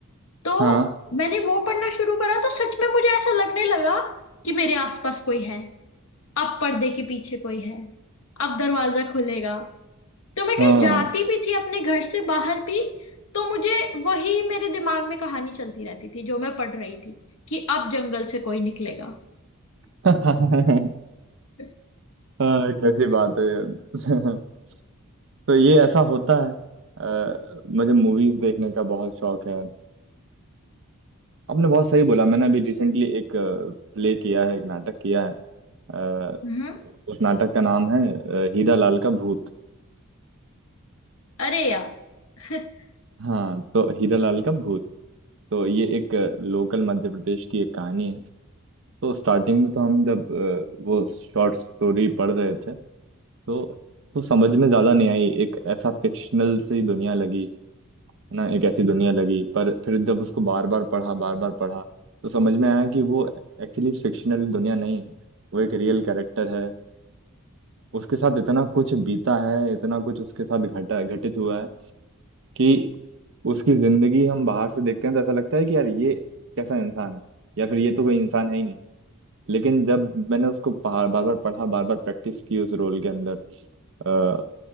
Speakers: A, on the left; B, on the right.
A: तो
B: हाँ
A: मैंने वो पढ़ना शुरू करा तो सच में मुझे ऐसा लगने लगा कि मेरे आसपास कोई है अब पर्दे के पीछे कोई है अब दरवाजा खुलेगा तो मैं कहीं
B: हाँ
A: जाती भी थी अपने घर से बाहर भी तो मुझे वही मेरे दिमाग में कहानी चलती रहती थी जो मैं पढ़ रही थी कि अब जंगल से कोई निकलेगा
B: <laughs>
A: <laughs>
B: हाँ, कैसी बात है ये। <laughs> तो ये ऐसा होता है अ, मुझे मूवीज देखने का बहुत शौक है आपने बहुत सही बोला मैंने अभी रिसेंटली एक प्ले किया है एक नाटक किया है अ,
A: हम्म
B: उस नाटक का नाम है अ, हीरा लाल का भूत
A: अरे यार <laughs>
B: हाँ तो हीरा लाल का भूत तो ये एक लोकल मध्य प्रदेश की एक कहानी है तो स्टार्टिंग में तो हम जब अ, वो शॉर्ट स्टोरी पढ़ रहे थे तो तो समझ में ज्यादा नहीं आई एक ऐसा फिक्शनल सी दुनिया लगी है ना एक ऐसी दुनिया लगी पर फिर जब उसको बार बार पढ़ा बार बार पढ़ा तो समझ में आया कि वो एक्चुअली फिक्शनल दुनिया नहीं है वो एक रियल कैरेक्टर है उसके साथ इतना कुछ बीता है इतना कुछ उसके साथ घटा घटित हुआ है कि उसकी जिंदगी हम बाहर से देखते हैं तो ऐसा लगता है कि यार ये कैसा इंसान है या फिर ये तो कोई इंसान है ही नहीं लेकिन जब मैंने उसको बार बार पढ़ा बार बार प्रैक्टिस की उस रोल के अंदर अ,